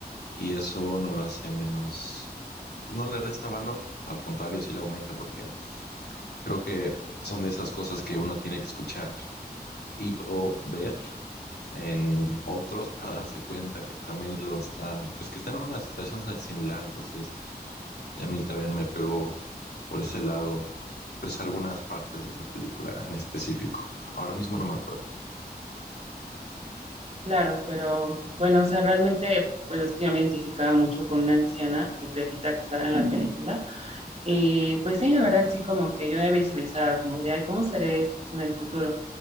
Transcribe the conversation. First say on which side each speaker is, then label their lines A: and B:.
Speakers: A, on the left (about 80°); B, on the right (about 40°).
A: Y eso no lo hace menos, pues no le resta valor, al contrario, sí le aumenta, porque creo que son de esas cosas que uno tiene que escuchar y o ver en otros para <laughs> darse cuenta que también lo está, pues que están en una situación sa- similar. Entonces, a mí también me pegó por ese lado, pues algunas partes de esa película en específico. Ahora mismo no me acuerdo.
B: Claro, pero bueno, o sea, realmente pues es que yo me identificaba mucho con una anciana decrépita que estaba en la película Y pues sí, la verdad sí, como que yo me visualizaba como de, "Ay, ¿cómo seré en el futuro?